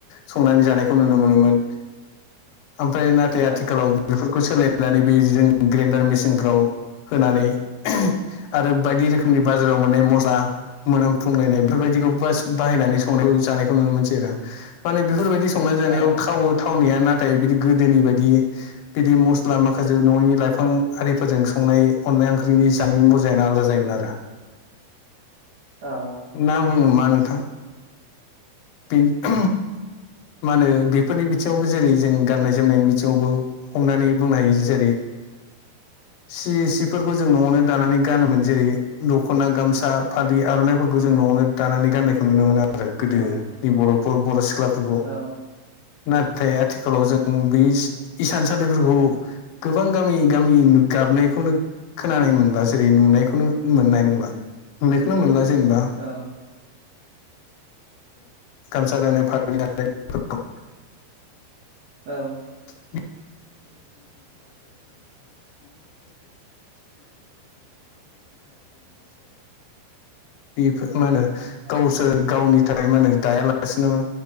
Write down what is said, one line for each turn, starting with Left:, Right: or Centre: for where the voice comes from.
Left: संनानै जानायखौ नुनो मोनोमोन। ओमफ्राय नाथाय
Right: औ
Left: आथिखालाव बे फोरखौ सोलाय नानै जों ग्रेनडार मेसिनफ्राव होनानै <unintelligible> आरो बायदि रोखोमनि बाजाराव मोननाय मस्ला मोनामफुंलायनाय बेफोरबायदिखौ बास बाहायनानै संनाय जानायखौ नुनो मोनसै आरो माने बेफोरबायदि स संनाय जानायाव
Right: औ
Left: थावो था थावनाया नाथाय बिदि गोदोनि बायदि बिदि मस ला माखासे न'नि लाइफां आरिफोरजों संनाय अनला ओंख्रिनि जानायनि मजायानो आलदा जायोमोन आरो
Right: औ
Left: नाम हमा नोंथां बे <unintelligible> मा होनो बेफोरनि बिथिङावबो जेरै जों गाननाय जोमनायनि बिथिङावबो हमनानै बुंनो हायो जेरै सि सिफोरखौ जों न'आवनो दानानै गानोमोन जेरै द'खना गामसा फालि आर'नाइफोरखौ जों न'आवनो दानानै गाननायखौ नुनो मोनो आरो गोदो
Right: औ
Left: निबर' बर' सिख्ला <inaudible>
Right: औ
Left: ओमफ्राय आथिखालाव जों बे इसानसालिफोरखौ गोबां गामि गामि गाबनायखौनो खोनानाय मोनला जेरै नुनायखौनो मोननाय नंला नुनायखौनो मोनला जों जेनबा
Right: औ
Left: गामसा दानाय फालि दानाय फोरखौ
Right: औ
Left: <unintelligible> बे फो माहोनो गाव स सोर गावनि थाखाय मा होनो दायालासिनो